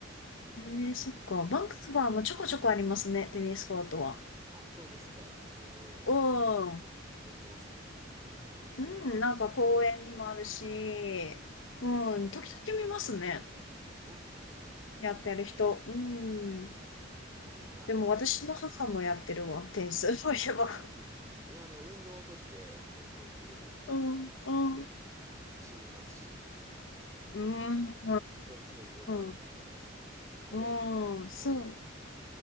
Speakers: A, on the left (about 80°); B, on the right (about 15°).
A: えー、そっか。バンクーバーもちょこちょこありますね、テニスコートは。
B: あ、そうですか。あの、
A: う
B: やってまやってますかね。
A: ん。
B: <laughs>
A: うん、なんか公園にもあるし、うん、時々見ますね。
B: ああー、そうですか。
A: やってる人。
B: あの、
A: うん。
B: あの、はい。
A: でも私の母もやってるわ、テニス、そういえば。
B: いや、あの、運動として、あの、本当にね、あの、
A: うん、うん。
B: あ、は、走りますし、
A: うん、
B: あの、法律のいいものではあるのかなと思いますね。
A: うん、
B: あ、
A: うん、
B: でも、
A: そう、
B: はい。